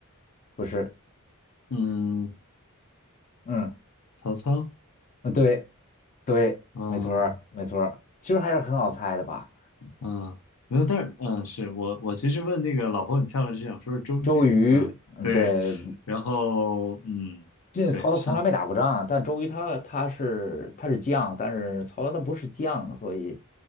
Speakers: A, on the left; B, on the left.
A: 不是，
B: 嗯，
A: 嗯，
B: 曹操，
A: 对对，
B: 啊，
A: 没错儿没错儿，其实还是很好猜的吧。
B: 嗯，没有，但是嗯，是我我其实问那个老婆很漂亮是想说是周瑜，
A: 周瑜，
B: 嗯，
A: 嗯，
B: 对，
A: 对，
B: 然后嗯，
A: 这曹操从来没打过仗，
B: 对，上
A: 但周瑜他他是他是将，但是曹操他不是将，所以